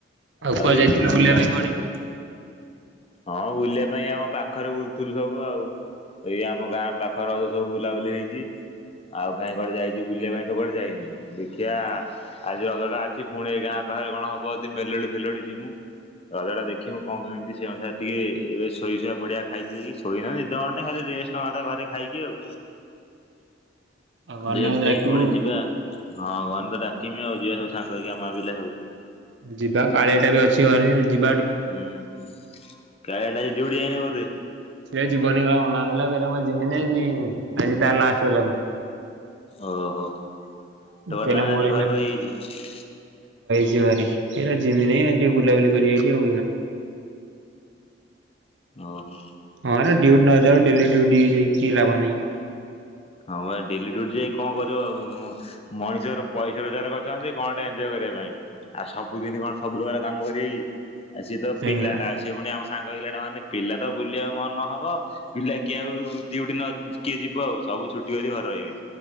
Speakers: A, on the left (about 35°); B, on the right (about 80°).
A: ଆଉ
B: କୁଆଡେ
A: ଏମିତି
B: ଯାଇଥିଲୁ ବୁଲିବା
A: ବୁଲାବୁଲି
B: ପାଇଁ କୁଆଡେ?
A: ଚାଲ୍ ହଁ ବୁଲି ସେ ପାଇଁ ଆମ ପାଖରେ ବୁଲୁଥିଲୁ ସବୁ, ଆଉ ଏଇ ଆମ ଗାଁ ପାଖ ରଜ ସବୁ ବୁଲାବୁଲି ହେଇଛି, ଆଉ କାହିଁ କୁଆଡେ ଯାଇଛି ବୁଲିବା ପାଇଁ ତ କୁଆଡେ ଯାଇନି, ଦେଖିଆ ଆଜି ରଜଟା ଅଛି ପୁଣି ଏ ଗାଁ ପାଖରେ କଣ ହବ ଯଦି ମେଲୋଡି ମେଲୋଡି ଯିମି ମୁଁ ରଜଟା ଦେଖିମୁ କଣ କେମିତି ସେ ଅନୁସାରେ ଟିକେ ଏ ଶୋଇଶୁଆ ପଡିଆ ଖାଇ ଦେଇକି ଶୋଇ <unintelligible> ନିଦ ମାଡୁନି ଖାଲି ରେଷ୍ଟ୍ ନେବା କଥା ଘରେ ଖାଇକି ଆଉ।
B: ଆଉ ମାନ୍ୟଙ୍କୁ
A: ରେଷ୍ଟ୍
B: ଡାକିବୁ
A: ନେଇ ପୁଣି ଯିବା। ହଁ ଗନେ ତ ଡାକିବି ଆଉ ଯିବା ସବୁ ସାଙ୍ଗ ହେଇକି ଆମ ପିଲା ସବୁ।
B: ଯିବା କାଳିଆଟା ବି ଅଛି ଘରେ <inaudible> ଯିବ୍
A: ହୁଁ କାଳିଆଟା ଆଜି ‌ଡ୍ୟୁଟି ଯାଇନି ବୋଧେ?
B: ସେ ଆଜି ଯିବନି ପା ମନା କଲା କହିଲା ମୁଁ ଆଜି ଯିମିନିକି ଆଜି ତାର ଲାଷ୍ଟ ଜ <inaudible>
A: ଓହୋଃ ତୋର
B: କହିଲା
A: <unintelligible> ଆଜି
B: ମୋର
A: ଘରେ ରହିଯାଇଛି।
B: ଯିବାନି ଏରା ଯିମିନି ଆଜି ଟିକେ ବୁଲାବୁଲି କରିବି ଏଇଠି <unintelligible>
A: ଓହୋଃ।
B: ହଁରେ ଯୋଉଠି ନ ଯାଉ ଡେଲି ଡ୍ୟୁଟି ଯାଇ କି ଲାଭ ନହିଁ।
A: ହଁ ବା ଡେଲି ଡ୍ୟୁଟି ଯାଇ କଣ କରିବ ମଣିଷର ପଇସା ରୋଜଗାର କରୁଛନ୍ତି କଣ ଗୋଟେ ଏଞଜୟ କରିବା ପାଇଁ, ଆଉ ସବୁଦିନ କଣ ସବୁ ପ୍ରକାର କାମ କରିବେ କି? ଆ ସିଏ ତ
B: ସେଇଆ
A: ପିଲାଟା ସିଏ ପୁଣି ଆମ ସାଙ୍ଗ ପିଲାଟା ମାନେ ପିଲା ତ ବୁଲିବା ମନ ହବ ପିଲା କିଏ ଆଉ ଡ୍ୟୁଟି ନ କିଏ ଯିବ ଆଉ? ସବୁ ଛୁଟି କରିକି ଘରେ ରହିବେ,